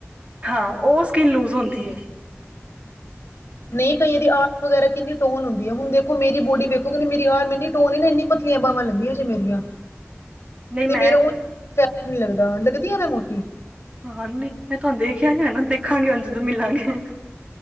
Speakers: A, on the right (about 25°); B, on the left (about 60°).
A: ਹਾਂ ਉਹ ਸਕਿਨ ਲੂਜ ਹੁੰਦੀ ਏ।
B: ਨਹੀਂ ਕਈਆਂ ਦੀ ਆ ਵਗੈਰਾ ਕਿੰਨੀ ਟੋਨ ਹੁੰਦੀ ਐ। ਹੁਣ ਦੇਖੋ ਮੇਰੀ ਬੋਡੀ ਵਗੇਰਾ ਕਿਨੀ ਟੋਨ ਹੁੰਦੀ, ਹੁਣ ਦੇਖੋ ਬੋਡੀ ਵੇਖੋਗੇ, ਮੇਰੀ ਆ ਮੇਰੀ ਇੰਨੀ ਟੋਨ ਏ ਨਾ ਇੰਨੀ ਪਤਲੀਆਂ ਬਾਵਾ ਲੱਗਦੀਆਂ ਜੇ। ਮੇਰੀਆਂ।
A: ਨਹੀਂ
B: ਤੇ
A: ਮੈਂ
B: ਮੇਰਾ ਹੁਣ ਟਾਈਮ ਨੀ ਲੱਗਦਾ। <unintelligible> ਲੱਗਦੀਆਂ ਏ ਮੋਟੀ
A: ਹਾਂ, ਨੀ ਮੈਂ ਤੁਹਾਨੂੰ ਦੇਖਿਆ ਨਹੀਂ ਆ ਨਾ, ਦੇਖਾਂਗੇ ਜਦੋਂ ਮਿਲਾਂਗੇ।